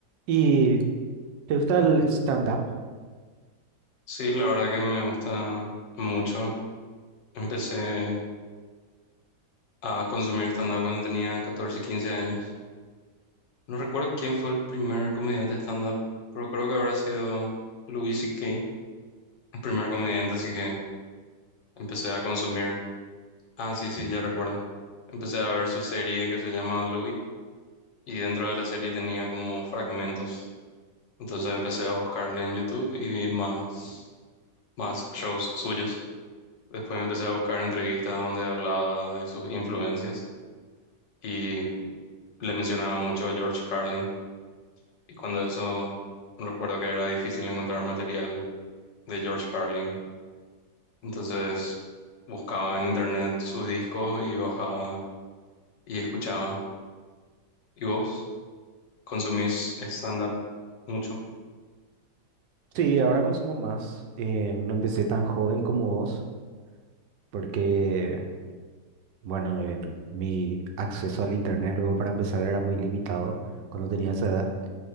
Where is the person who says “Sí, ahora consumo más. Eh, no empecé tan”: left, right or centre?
Right